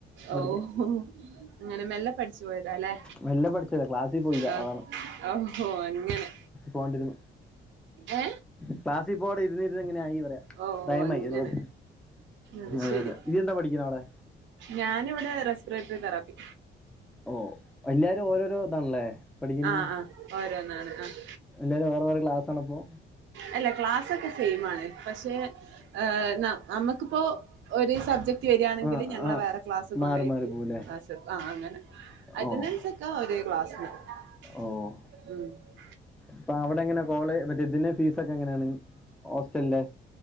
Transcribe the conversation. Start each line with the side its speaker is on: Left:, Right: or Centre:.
Right: ഓ
Centre: പഠിക്കാൻ
Right: ഹോ അങ്ങനെ മെല്ലെ പഠിച്ചു പോയതല്ലേ
Centre: മെല്ലെ പഠിച്ചതാ ക്ലാസ്സിൽ പോയില്ല
Right: ആ
Centre: അതാണ്
Right: ഓ ഹൊ അങ്ങനെ
Centre: പോണ്ടേരും
Right: ഏ
Centre: ക്ലാസിൽ പോകാടെ ഇരുന്ന് ഇരുന്ന് ഇങ്ങനെ ആയി
Right: ഓ
Centre: ടൈം
Right: അങ്ങനെ
Centre: ആയി ഒരുപാട്
Right: അത്
Centre: അതെ
Right: ശരി
Centre: അതെ ഇയ്യെന്താ പഠിക്കണ് അവിടെ
Right: ഞാനിവിടെ റെസ്പിറേറ്ററി തെറാപ്പി
Centre: ഓ എല്ലാരും ഓരോരോ ഇതാണല്ലേ പഠിക്കണെ
Right: ആഹ് ആഹ് ഓരോന്നാണ് ആഹ്
Centre: എല്ലാരും വേറെ വേറെ ക്ലാസ് ആണപ്പൊ
Right: അല്ല ക്ലാസൊക്കെ സെയിം ആണ് പക്ഷെ ഏഹ് നമ്മുക്കിപ്പോ ഒരു സബ്ജക്ട് വരിയാണെങ്കിൽ
Centre: ആഹ്
Right: ഞങ്ങളെ
Centre: ആഹ്
Right: വേറെ ക്ലാസ്
Centre: മാറി
Right: കൊണ്ട് പോയിട്ട്
Centre: മാറി പോവുല്ലേ
Right: ആഹ് അങ്ങനെ അറ്റൻഡൻസ്
Centre: ഓഹ്
Right: ഒക്കെ ഒരേ ക്ലാസ്സിന് മ്മ്
Centre: ഓഹ് അപ്പൊ അവിടെ എങ്ങനാ കോളേജ് മറ്റേ ഇതിന് ഫീസ് ഒക്കെ എങ്ങനെയാണ് ഹോസ്റ്റലിന്റെ